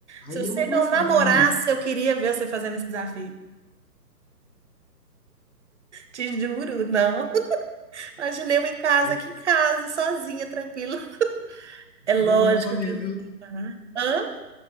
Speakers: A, on the left; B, on the right.
A: Aí
B: Se você
A: é muito
B: não
A: mais fácil,
B: namorasse,
A: né, amiga?
B: eu queria ver você fazendo esse desafio. Te juro, não. <laughs> Imaginei eu em casa,
A: Aí,
B: aqui em casa, sozinha, tranquila. É lógico
A: Igual uma camponesa,
B: que eu vou contar. Hã?